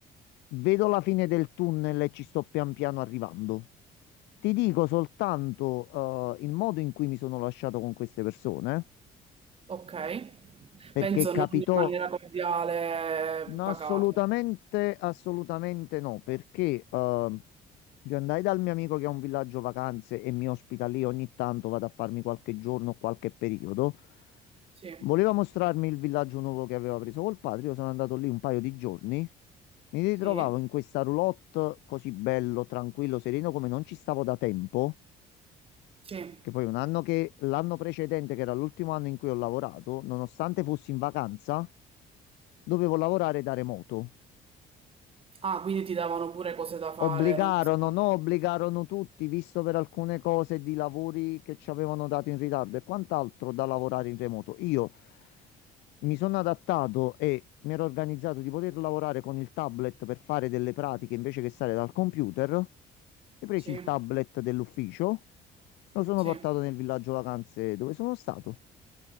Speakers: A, on the left; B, on the right.
A: vedo la fine del tunnel e ci sto pian piano arrivando. Ti dico soltanto, eh, il modo in cui mi sono lasciato con queste persone,
B: Ok.
A: perché
B: Penso
A: capitò
B: non in maniera cordiale
A: No,
B: pagata.
A: assolutamente, assolutamente no, perché eh, io andai dal mio amico che ha un villaggio vacanze e mi ospita lì ogni tanto, vado a farmi qualche giorno, o qualche periodo.
B: Sì.
A: Voleva mostrarmi il villaggio nuovo che aveva preso col padre, io sono andato lì un paio di giorni, mi ritrovavo
B: Sì,
A: in questa roulotte così bello, tranquillo, sereno come non ci stavo da tempo,
B: sì.
A: che poi un anno che l'anno precedente, che era l'ultimo anno in cui ho lavorato, nonostante fossi in vacanza, dovevo lavorare da remoto.
B: Ah, quindi ti davano pure cose da fare,
A: Obbligarono,
B: nonostante.
A: no, obbligarono tutti, visto per alcune cose di lavori che ci avevano dato in ritardo e quant'altro da lavorare in remoto. Io mi sono adattato e mi ero organizzato di poter lavorare con il tablet per fare delle pratiche invece che stare dal computer. Ho preso
B: Sì,
A: il tablet dell'ufficio, lo sono
B: sì,
A: portato nel villaggio vacanze dove sono stato.